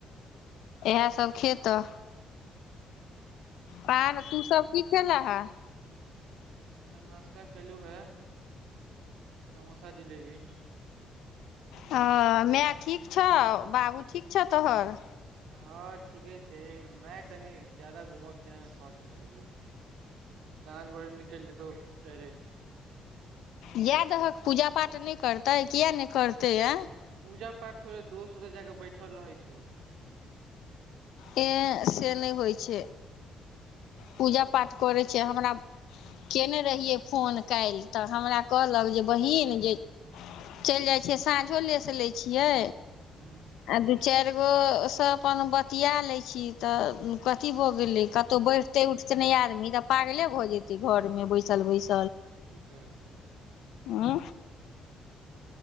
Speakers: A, on the left (about 80°); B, on the right (about 80°).
A: इह सब खेतऽ प
B: ओ
A: तू सब की खेला हे
B: एखन नास्ता केलु ह समोसा जिलेबी
A: ह मेए ठीक छ बाबू ठीक छ तोहर
B: हँ ठीके छै मै कनी ज्यादा घूमय फिरयमे शौक लगलियै साँझ भोर निकलि जेतौ डायरेक्ट
A: इएह दहक पूजा पाठ नहि करते किया ने करते अ
B: पूजा पाठ थोड़े दोस्त ओत जाक बैठल रहै छौ
A: ए से नहि होइ छै पूजा पाठ करैत छै हमरा कयने रहियै फोन काल्हि तऽ हमरा कहलक जे बहिन चलि जाइ छियै साँझो लेसँ लैत छियै
B: ह
A: अद चारि गो सब अपन बतिया लै छी तऽ कथी भऽ गेलै कतहु बैठतै उठतै नहि आदमी तऽ पागले भऽ जेतै घरमे बैसल बैसल
B: ईी कवल छल
A: उँ